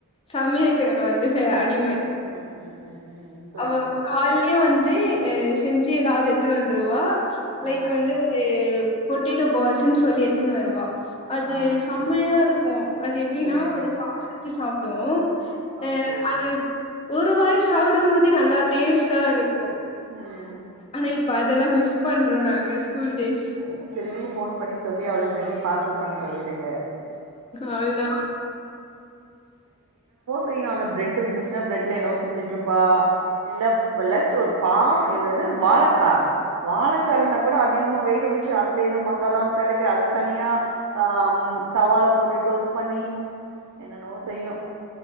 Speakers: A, on the left; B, on the right.
A: சமையலுக் நாங்க வந்து ச அடிம
B: ம் ம் ம் ம் ம் புரியுது
A: அவ கால்லேயே வந்து து செஞ்சு எதாவது த்துனு வந்துருவா லைக்
B: ஆ
A: வந்து ஒரு பொட்டேட்டோ பால்ஸ்நு சொல்லி எத்துன்னு வருவா அது
B: ஆ
A: செம்மையா இருக்கு கோ அது எப்படின்னா
B: ம் ம்
A: ஒரு சுவாச சி சாப்டுவோ ஆ
B: ஓகே
A: அது ஒரு வாய் சா தி நல்லா டேஸ்ட்டா இருக்கு
B: ம்
A: ஆனா இப்ப அதெல்லா மிஸ் பண்றோ நாங்க ஸ்கூல் டேஸ்
B: என்ன திரும்பி ஃபோன் பண்ணி சொல்லி அவ்வளோ செஞ்சு பார்சல் பண்ண சொல்லிடுங்க
A: அதுதா
B: செய்யும் அந்த பிரெட் இருந்துச்சுன்னா பிரட்ல என்னவோ செஞ்சிட் இருப்ப இல்ல ப்ளஸ் ஒரு பா என்னது வாழக்க வாழக்கா இருந்தா கூட அது என்மோ வேக வச்சு அதுல ஏதவு மசாலாஸ் தடவி அதை தனியா ஆ தவால போட்டு டோஸ்ட் பண்ணி என்னன்னவோ செய்யு